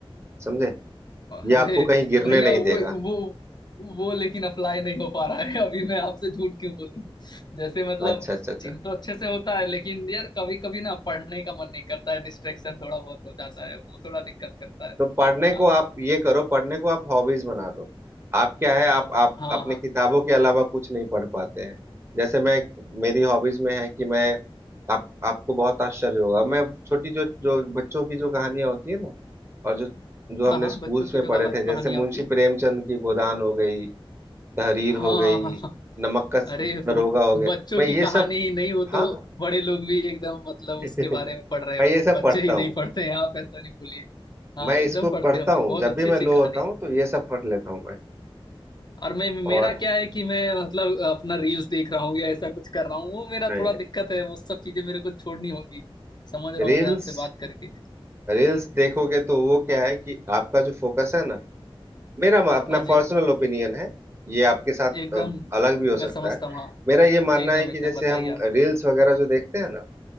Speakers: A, on the right; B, on the left.
A: समझे
B: अरे
A: ये आपको कहीं गिरने
B: भैया
A: नहीं
B: वो
A: देगा
B: वो वो लेकिन अप्लाई नहीं हो पा रहा है अभी मैं आपसे झूठ क्यों बोलूं जैसे मतलब
A: अच्छा अच्छा अच्छा
B: जिम तो अच्छे से होता है लेकिन यार कभी कभी ना पढ़ने का मन नहीं करता है डिस्ट्रेक्शन थोड़ा बहुत हो जाता है वो थोड़ा दिक्कत करता है
A: तो पढ़ने
B: हाँ
A: को आप ये करो पढ़ने को आप हॉबीज बना लो आप क्या है आप आप
B: हाँ
A: अपने
B: हाँ
A: किताबों के अलावा कुछ नहीं पढ़ पाते हैं जैसे मैं मेरी हॉबीज में है कि मैं आप आपको बहुत आश्चर्य होगा मैं छोटी जो जो बच्चों की जो कहानियां होती है ना और जो जो हमने
B: हाँ हाँ
A: स्कूल्स
B: बच्चों की
A: में
B: जो
A: पढ़े
B: का, कहानियां
A: थे जैसे मुंशी
B: होती है
A: प्रेमचंद की गोदान हो गई तहरीर
B: हाँ
A: हो गई
B: हाँ हाँ हाँ।
A: नमक का
B: अरे
A: दरोगा
B: वो
A: हो गया
B: बच्चों
A: मैं ये
B: की कहानी
A: सब
B: ही नहीं हो
A: हाँ
B: तो बड़े लोग भी एकदम मतलब
A: <laughs>
B: उसके बारे में पढ़ रहे
A: मैं
B: होते
A: ये सब
B: हैं बच्चे
A: पढ़ता
B: ही नहीं
A: हूँ
B: पढ़ते हैं आप ऐसा नहीं बोलिए हाँ
A: मैं
B: एकदम
A: इसको
B: पढ़ते
A: पढ़ता
B: होंगे
A: हूँ
B: बहुत
A: जब
B: अच्छी
A: भी मैं
B: अच्छी
A: लो
B: कहानी
A: होता
B: है
A: हूँ तो ये सब पढ़ लेता हूँ मैं
B: और मैं मेरा
A: और
B: क्या है कि मैं मतलब अपना रील्स देख रहा हूँ या ऐसा कुछ कर रहा हूँ वो मेरा
A: नहीं
B: थोड़ा
A: नहीं
B: दिक्कत है वो सब चीजें मेरे को छोड़नी होगी समझ रहा
A: रील्स
B: हूँ मैं आपसे बात करके
A: रील्स देखोगे तो वो क्या है कि आपका जो फोकस है ना मेरा म- अपना
B: हाँ जी
A: पर्सनल ओपिनियन है ये आपके साथ
B: एकदम
A: अ, अलग भी हो
B: मैं
A: सकता
B: समझता
A: है
B: हूँ हाँ
A: मेरा ये मानना
B: एकदम
A: है कि
B: एकदम
A: जैसे
B: बताइए
A: हम
B: आप
A: रील्स वगैरह जो देखते हैं ना